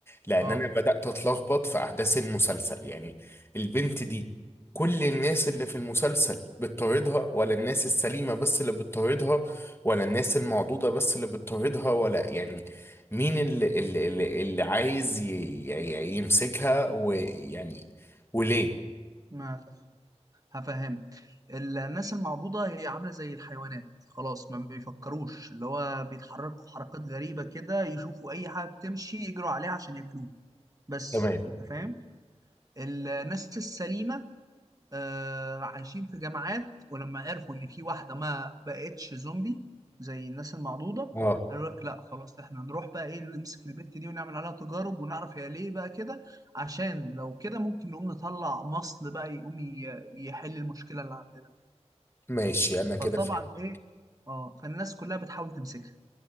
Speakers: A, on the left; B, on the right.
A: لان
B: اه
A: انا بدأت اتلخبط في احداث المسلسل يعني البنت دي كل
B: مم.
A: الناس اللي في المسلسل بتطاردها ولا الناس السليمة بس اللي بتطاردها ولا الناس المعضوضة بس اللي بتطاردها ولا يعني مين اللي اللي, اللي اللي عايز ي- ي- يمسكها ويعني وليه
B: ما فاهم هفهمك الناس المعضوضة هي عاملة زي الحيوانات خلاص ما بيفكروش اللي هو بيتحركوا حركات غريبة كده يشوفوا أي حاجة بتمشي يجروا عليها عشان ياكلوها بس
A: تمام
B: أنت فاهم الناس السليمة آه، عايشين في جامعات ولما عرفوا إن في واحدة ما بقتش زومبي زي الناس المعضوضة
A: اه
B: قالوا لك لا خلاص احنا نروح بقى ايه نمسك البت دي ونعمل عليها تجارب ونعرف هي ليه بقى كده عشان لو كده ممكن نقوم نطلع مصل بقى يقوم ي- يحل المشكلة اللي عندنا دي
A: ماشي انا
B: فطبعا
A: كده فهمت
B: ايه اه فالناس كلها بتحاول تمسكها